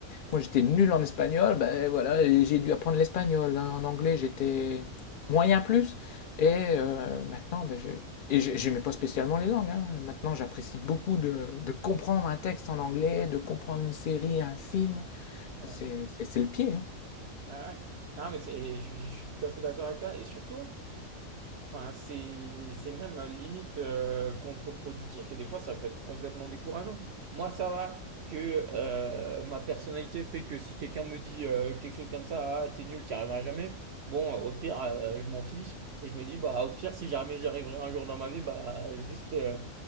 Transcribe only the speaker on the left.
Moi, j'étais nul en espagnol, ben voilà, et j'ai dû apprendre l'espagnol. hein. En anglais, j'étais moyen plus. Et euh, maintenant, ben, je... et j'aimais pas spécialement les langues. hein. Maintenant, j'apprécie beaucoup de, de comprendre un texte en anglais, de comprendre une série, un film.
C'est c'est le pied. hein.